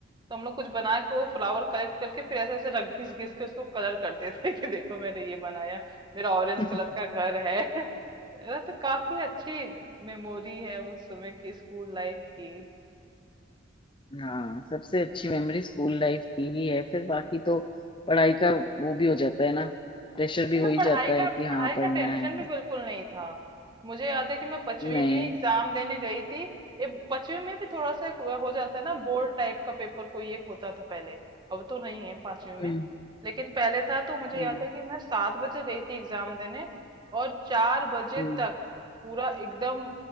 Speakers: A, on the right; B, on the left.
A: तो हम लोग कुछ बना के वो फ्लावर कलेक्ट करके फिर ऐसे ऐसे रख घिस घिस के उसको कलर करते थे <laughs> कि देखो मैंने ये बनाया मेरा ऑरेंज
B: <laughs>
A: कलर का घर है <laughs> है ना तो काफी अच्छी मेमोरी है उस समय की स्कूल लाइफ की
B: हाँ सबसे अच्छी मेमोरी स्कूल लाइफ की ही है फिर बाकी तो पढ़ाई का वो भी हो जाता है ना प्रेशर
A: उस
B: भी
A: समय
B: हो ही
A: पढ़ाई
B: जाता है
A: का
B: कि हाँ
A: पढ़ाई
B: पढ़ना
A: का टेंशन
B: है
A: भी बिल्कुल नहीं था मुझे याद है कि मैं पांचवी
B: नहीं
A: में एग्जाम देने गई थी ये पांचवी में भी थोड़ा सा एक हो जाता है ना बोर्ड टाइप का पेपर कोई एक होता था पहले अब तो नहीं है पांचवी में
B: हम्म
A: लेकिन पहले था तो मुझे
B: हम्म
A: याद है कि मैं सात बजे गई थी एग्जाम देने और चार बजे
B: हम्म।
A: तक पूरा एकदम